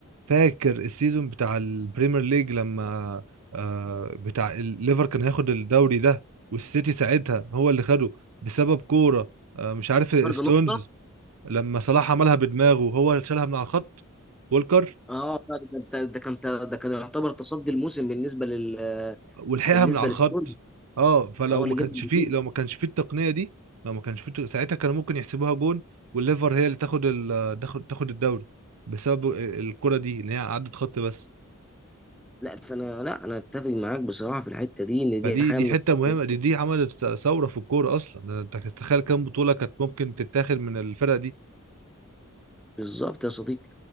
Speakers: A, on the right (about 85°); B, in the centre.
A: فاكر السيزون بتاع البريمير ليج لما آه، بتاع الليفر كان هياخد الدوري ده والسيتي ساعتها هو اللي خده بسبب كورة آه، مش عارف
B: فرق
A: ستونز
B: نقطة
A: لما صلاح عملها بدماغه هو شالها من على الخط والكر
B: اه فرق- ده ده كان ده كان يعتبر تصدي الموسم بالنسبة لل
A: ولحقها
B: بالنسبة
A: من على الخط
B: للسون
A: اه فلو
B: هو
A: ما
B: اللي
A: كانش
B: جاب البطولة
A: فيه لو ما كانش فيه التقنيه دي لو ما كانش فيه ساعتها كانوا ممكن يحسبوها جون والليفر هي اللي تاخد ال... تاخد تاخد الدوري بسبب الكره دي اللي هي عدت خط بس
B: لا فانا لا انا اتفق معاك بصراحه في الحته دي ان
A: فدي
B: دي حاجه
A: دي
B: من
A: حته
B: التقنيات
A: مهمه دي دي عملت ثوره في الكوره اصلا انت تتخيل كام بطوله كانت ممكن تتاخد من الفرق دي
B: بالظبط يا صديقي